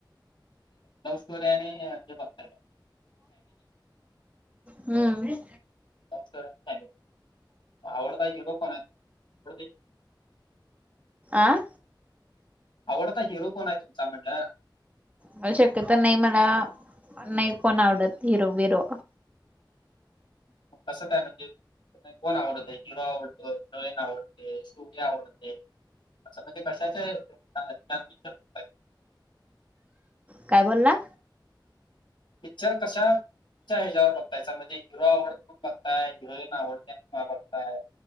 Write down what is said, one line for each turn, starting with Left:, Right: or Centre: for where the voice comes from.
Left: लव्ह स्टोरी आणि हेच हाय.
Right: हम्म.
Left: <unintelligible>
Right: आं.
Left: आवडता हिरो कोण हाय तुमचा म्हणलं?
Right: म, शक्यत नाही मला, नाही कोण आवडत हिरो, बिरो.
Left: कसं काय म्हणजेच? कोण आवडतय? हिरो आवडतो? हिरोईन आवडते? स्टोरी आवडते? <unintelligible>
Right: काय बोलला?
Left: पिच्चर कशात. पिच्चर हिजावर बघताय, त्याच्या मध्ये हिरो आवडतोय म्हणून बघताय, हिरोईन आवडते म्हणून बघताय?